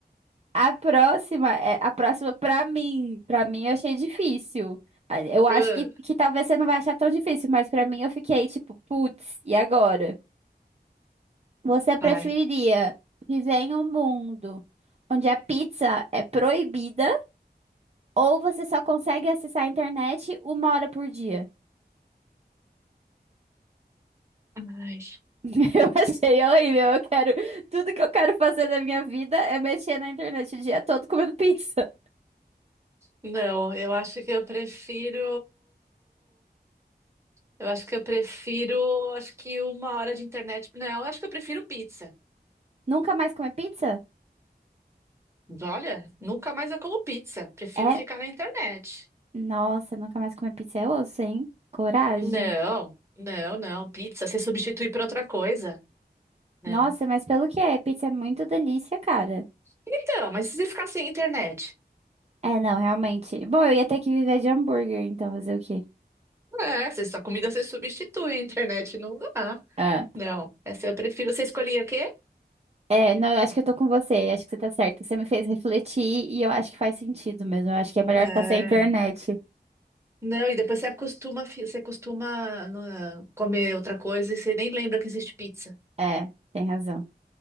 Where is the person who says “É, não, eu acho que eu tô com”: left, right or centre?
Right